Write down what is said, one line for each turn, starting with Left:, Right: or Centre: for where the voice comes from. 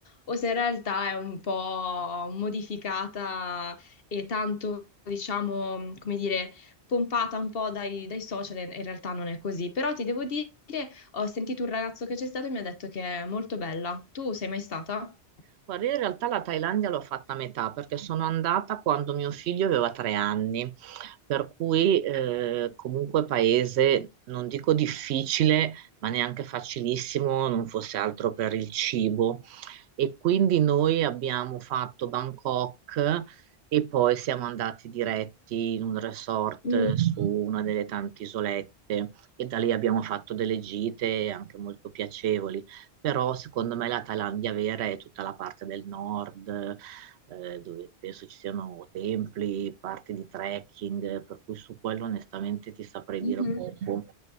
Left: o se in realtà è un po' modificata e tanto, diciamo, come dire, pompata un po' dai, dai social e in realtà non è così. Però ti devo dire Ho sentito un ragazzo che c'è stato e mi ha detto che è molto bella. Tu sei mai stata?
Right: Guarda, io in realtà la Thailandia l'ho fatta a metà perché sono andata quando mio figlio aveva tre anni, per cui eh, comunque paese, non dico difficile, ma neanche facilissimo, non fosse altro per il cibo. E quindi noi abbiamo fatto Bangkok e poi siamo andati diretti in un resort
Left: Mm,
Right: su una delle tante isolette e da lì abbiamo fatto delle gite anche molto piacevoli. Però secondo me la Thailandia vera è tutta la parte del nord, eh, dove penso ci siano templi, parti di trekking, per cui su quello onestamente ti saprei
Left: mhm.
Right: dire poco.